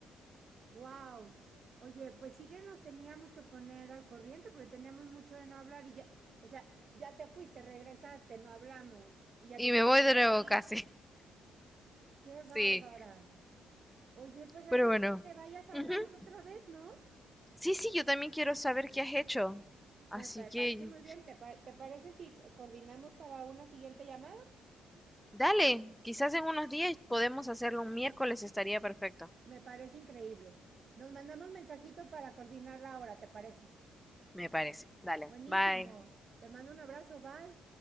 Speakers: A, on the right; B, in the centre.
A: Wow. Oye, pues sí que nos teníamos que poner al corriente porque teníamos mucho de no hablar y ya, o sea, ya te fuiste, regresaste, no hablamos y ya
B: Y
A: te quieres
B: me voy
A: volver
B: de nuevo
A: a ir.
B: casi. <laughs>
A: ¡Qué bárbara!
B: Sí,
A: Oye, pues antes
B: pero bueno.
A: de que te vayas hablamos
B: Ujú.
A: otra
B: <laughs>
A: vez, ¿no?
B: Sí, sí, yo también quiero saber qué has hecho.
A: Me
B: Así
A: pa-
B: que
A: parece muy bien. ¿Te, pa- te parece si coordinamos para una siguiente llamada?
B: dale, quizás en unos días podemos hacerlo un miércoles, estaría perfecto,
A: Me parece increíble. Nos mandamos mensajito para coordinar la hora, ¿te parece?
B: me parece. Dale,
A: Buenísimo.
B: bye.
A: Te mando un abrazo, bye.